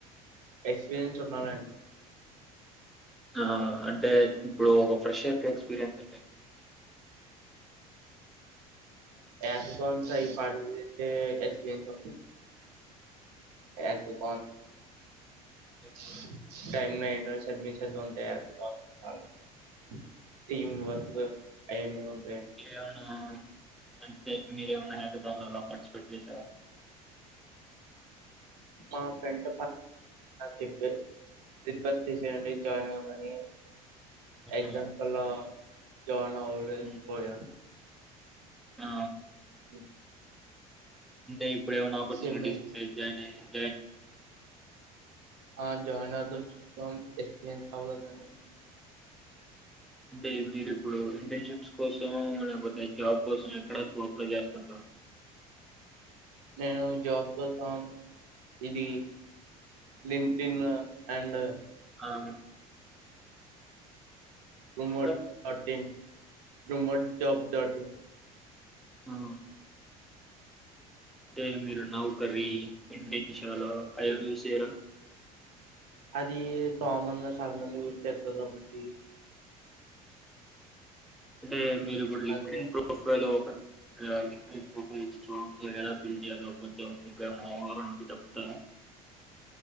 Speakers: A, on the right (about 70°); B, in the centre.
A: ఎక్స్పీరియన్స్ ఉండాలా అండి
B: ఆ అంటే ఇప్పుడు ఒక ఫ్రెషయర్ ఎక్స్పీరియన్స్ అ
A: ఎత్త క స ఈ పతే ఎపీన్స్తు <unintelligible>
B: అంటే ఏ అవునా అంటే మీరేమన్నా పాటిస్పేట్ చేసార
A: మా ఫ్రెండ్ చెప్పే రిక్వెస్ట్ తీసేయండి జాయిన్ అవమని ఎగ్జామ్స్
B: ఆ!
A: వల్ల జాయిన్ నా ఓల్డ్ ఏజ్
B: హ్మ్.
A: పోయా
B: ఆ
A: ఓ
B: అంటే ఇప్పుడు ఏమన్నా ఆపర్చునిటీ
A: సిమెట్స్
B: ఇస్తే జాయిన్ అ
A: ఆ జాయినాతన్ స <unintelligible>
B: అంటే మీరు ఇప్పుడు ఇంటర్న్షిప్స్ కోసం లేకపోతే జాబ్ కోసం ఎక్కడ ఎక్కువ అప్లై చేస్తున్నారు
A: నేను జాబ్ కోసం ఇది లింటిన్ అండ్
B: అవును
A: Remote
B: ఇంకా?
A: fourteen rumour job chatting
B: ఆ అంటే మీరు నౌకరీ ఇండిజువల్. లో అవి యూస్ చేయరా
A: అది కామన్ చాలా మంది యూస్ చేస్తారు కాబట్టి
B: అంటే మీరు లింక్డిన్
A: అది
B: ప్రొఫైలలో ఒక <unintelligible>